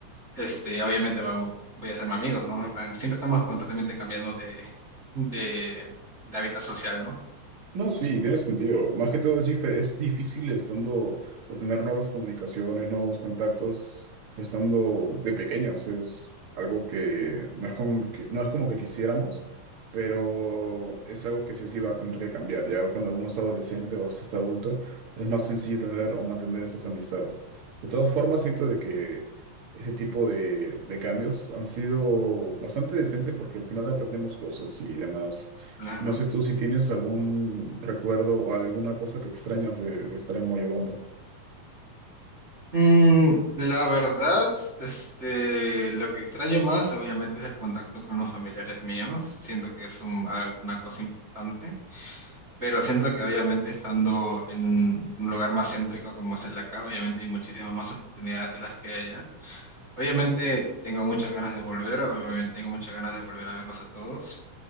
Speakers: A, on the right; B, on the right.
A: este, obviamente vamos- voy a hacerme amigos, ¿no? En plan, siempre estamos constantemente cambiando de, de, de hábitat social, ¿no?
B: No, sí, tiene sentido. Más que todo es, dife es difícil estando o tener nuevas comunicaciones, nuevos contactos, estando de pequeños. Es algo que no es como que, no es como que quisiéramos, pero es algo que sí o sí va a tener que cambiar. Ya cuando uno es adolescente o se está adulto, es más sencillo tener o mantener esas amistades. De todas formas, siento de que ese tipo de, de cambios han sido bastante decentes porque al final aprendemos cosas y demás.
A: Claro.
B: No sé tú si tienes algún recuerdo o alguna cosa que extrañas de, de estar en Moyobamba.
A: Mm, la verdad, este, lo que extraño más, obviamente, es el contacto con los familiares míos. Siento que es un- a- una cosa importante, pero siento que obviamente estando en un lugar más céntrico como es el de acá, obviamente hay muchísimas más oportunidades de las que hay allá. Obviamente tengo muchas ganas de volver, obviamente tengo muchas ganas de volver a verlos a todos,